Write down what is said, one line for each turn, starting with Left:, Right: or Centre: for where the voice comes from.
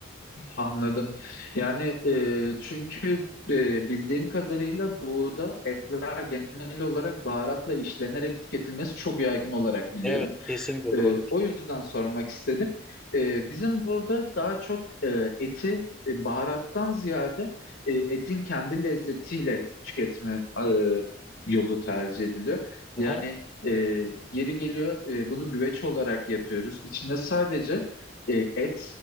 Left: Anladım. Yani e, çünkü e, bildiğim kadarıyla doğuda etler genel olarak baharatla işlenerek tüketilmesi çok yaygın olarak biliyorum.
Centre: Evet, kesinlikle
Left: E,
Centre: doğrudur.
Left: o yüzden sormak istedim. E, bizim burada daha çok e, eti e, baharattan ziyade e, etin kendi lezzetiyle tüketme e, yolu tercih ediliyor.
Centre: Aha,
Left: Yani e, yeri geliyor e, bunu güveç olarak yapıyoruz. İçine sadece e, et,